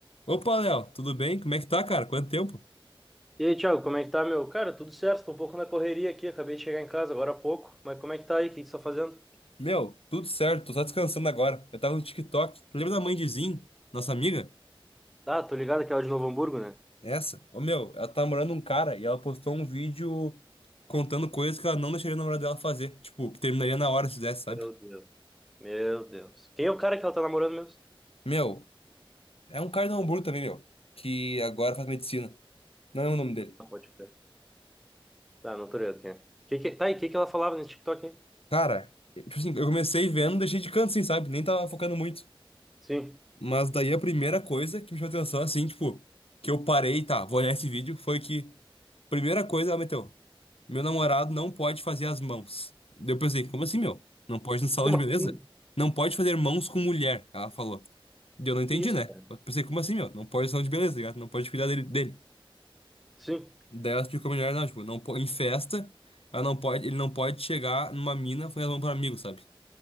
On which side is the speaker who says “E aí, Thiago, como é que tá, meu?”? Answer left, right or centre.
Centre